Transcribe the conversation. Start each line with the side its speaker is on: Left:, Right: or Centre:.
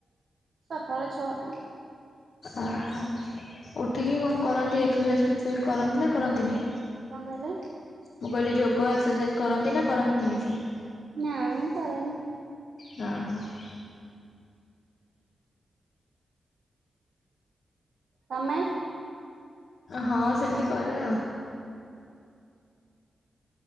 Right: ସକାଳ ଛଅ ଟା।
Left: ଆ ହା। ଉଠିକି କଣ କରନ୍ତି ଏକ ଏକ୍ସରସାଇଜ୍ ଫେକ୍ସରସାଇଜ କରନ୍ତି ନା କରନ୍ତିନି?
Right: କଣ କହିଲେ?
Left: ମୁଁ କହିଲି ଯୋଗ ଏକ୍ସରସାଇଜ କରନ୍ତି ନା କରନ୍ତିନି କିଛି।
Right: ନାଇ କରେନି।
Left: ହଁ ହଁ।
Right: ତମେ?
Left: ହଁ ସେମିତି କରେ ଆଉ